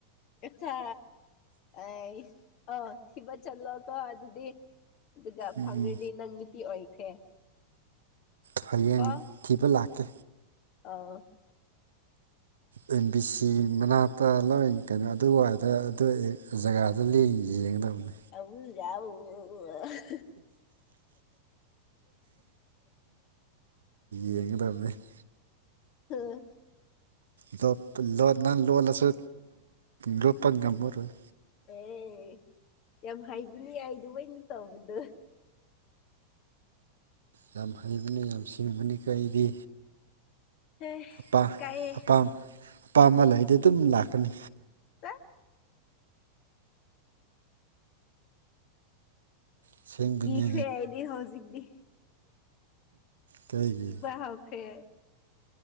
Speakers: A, on the left; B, on the right.
A: ꯑꯆꯥ ꯑꯩ ꯑꯥ ꯊꯤꯕ ꯆꯠꯂꯣ ꯀꯣ ꯑꯗꯨꯗꯤ꯫ ꯑꯗꯨꯒ
B: ꯎꯝ
A: ꯐꯪꯈ꯭ꯔꯗꯤ ꯅꯪ ꯅꯨꯄꯤ ꯑꯣꯏꯈ꯭ꯔꯦ꯫
B: ꯐꯌꯦꯡ
A: ꯀꯣ
B: ꯊꯤꯕ ꯂꯥꯛꯀꯦ꯫
A: ꯑꯥꯎ
B: ꯑꯦꯝ ꯕꯤ ꯁꯤ ꯃꯅꯥꯛꯇ ꯂꯣꯌ ꯀꯩꯅꯣ ꯑꯗꯨꯋꯥꯏꯗ ꯑꯗꯨ ꯑ ꯖꯒꯥ ꯖꯨꯠꯂꯤ ꯌꯦꯡꯉꯗꯃꯤ
A: ꯑꯧ ꯌꯥꯎ ꯑꯣ <inaudible>
B: ꯌꯦꯉꯗꯃꯤ <inaudible>
A: ꯍꯑꯥ <inaudible>
B: ꯂꯣꯠꯄ ꯂꯣꯟꯅ ꯂꯣꯠꯂꯁꯨ ꯂꯣꯠꯄ ꯉꯝꯃꯔꯣꯏ꯫
A: ꯑꯦ ꯌꯥꯝ ꯍꯥꯏꯕꯅꯤ ꯑꯥꯏꯗꯨꯃꯥꯅ ꯇꯧꯕꯗꯨ꯫
B: ꯌꯥꯝ ꯍꯩꯕꯅꯤ ꯌꯥꯝ ꯁꯤꯡꯕꯅꯤ ꯀꯣ ꯑꯩꯗꯤ꯫
A: ꯍꯦ
B: ꯄꯥ
A: ꯀꯥꯏꯌꯦ
B: ꯑꯄꯥꯝ ꯑꯄꯥꯝꯕ ꯂꯩꯗꯤ ꯑꯗꯨꯝ ꯂꯥꯛꯀꯅꯤ꯫
A: ꯆꯥ <inaudible>
B: ꯑꯁꯦꯡꯕꯅꯦ
A: ꯀꯤꯈ꯭ꯔꯦ ꯑꯩꯗꯤ ꯍꯧꯖꯤꯛꯇꯤ
B: ꯀꯩꯒꯤ
A: ꯀꯤꯕ ꯍꯧꯎꯈ꯭ꯔꯦ